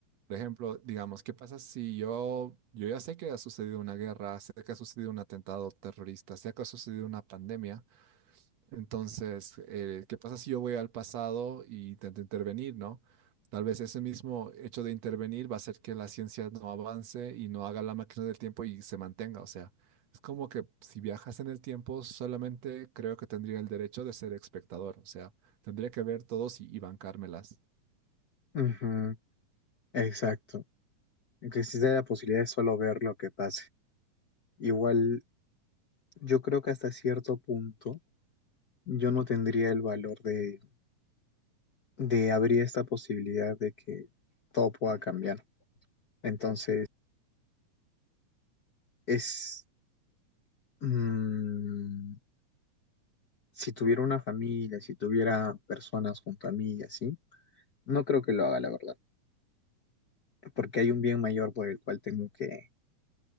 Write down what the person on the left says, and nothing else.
Ujú, exacto. existe la posibilidad de solo ver lo que pase. Igual, yo creo que hasta cierto punto yo no tendría el valor de, de abrir esta posibilidad de que todo pueda cambiar. Entonces, es... mm, si tuviera una familia, si tuviera personas junto a mí y así, no creo que lo haga, la verdad. Porque hay un bien mayor por el cual tengo que,